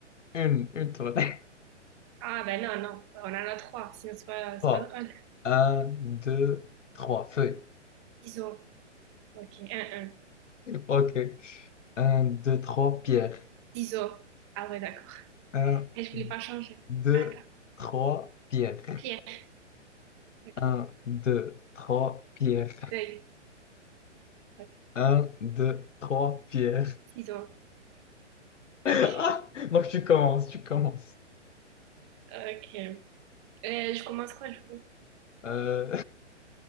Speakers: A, on the left; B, on the right.
A: Une, une tournée.
B: Ah, ben non, non. On en a trois. Sinon, c'est pas,
A: <laughs>
B: c'est
A: Trois.
B: pas drôle.
A: Un, deux, trois. feuille.
B: Iso. Ok. Un, un.
A: OK. Un, 2, 3. pierre.
B: Iso. Ah, ouais, d'accord.
A: Un,
B: Et je voulais pas changer.
A: 2,
B: Attends.
A: 3. pierre.
B: Pierre. Ok.
A: Un, 2, 3. pierre.
B: Feuille. Ok.
A: Un, deux, trois, Pierre. <laughs>
B: Ciseaux.
A: Ah
B: Ok.
A: Donc tu commences, tu commences.
B: Ok. Euh, je commence quoi, du coup?
A: Euh,